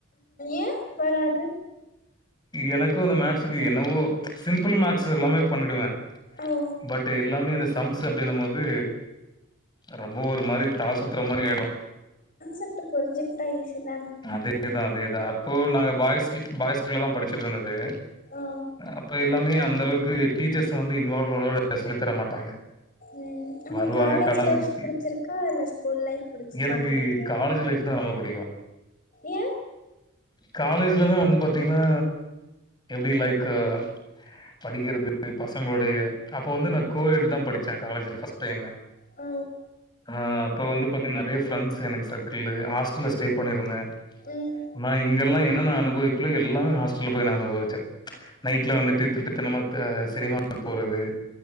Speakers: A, on the left; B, on the left.
A: ஏ வராது
B: எனக்கு அந்த மேக்சுக்கு என்னவோ சிம்பிள் மேக்ஸ் எல்லாமே பண்ணிடுவே
A: ஓ
B: பட் எல்லாமே இந்த சம்ஸ் <unintelligible> அப்டின்னு போது ரொம்ப ஒரு மாரி தல சுத்துற மாரி ஆயிடு
A: <unintelligible> புரிஞ்சுகிட்டா ஈஸி தான
B: அதேதா அதேதா அப்போ நாங்க பாய்ஸ் பாய் ஸ்கூல் தா படிச்சிட்டு இருந்தது
A: ஓ
B: அப்ப எல்லாமே அந்த அளவுக்கு டீச்சர்ஸ் வந்து இன்வால்வ்ளோட சொல்லித்தர மாட்டாங்க
A: ம் உங்க
B: வருவாங்க
A: காலேஜ்
B: கடமைக்கு.
A: லைஃப் புடிச்சிருக்கா இல்ல ஸ்கூல் லைஃப் புடிச்சிச்ச
B: எனக்கு
A: உங்ளுக்கு
B: <unintelligible> ரொம்ப புடிக்கு
A: ஏ
B: காலேஜ்லதா வந்து பாத்தீங்கன்னா எப்டி லைக்கு படிக்கிறது பசங்களோட அப்ப வந்து நா கோவிட் தான் படிச்சேன் காலேஜ்ல ஃபஸ்ட் டைமு
A: ஆ
B: ஆ அப்ப வந்து பாத்தீங்க நிறைய ஃப்ரெண்ட்ஸ் எனக்கு சர்க்கிள்லு ஹாஸ்டல்ல ஸ்டே பண்ணியிருந்தேன்
A: ம்
B: நா இங்கெல்லாம் என்னென்ன அனுபவிக்களோ எல்லாமே ஹாஸ்டல்ல போய் நா அனுபவிச்சேன் நைட்ல வந்துட்டு திருட்டுத்தனமா த சினிமா போறது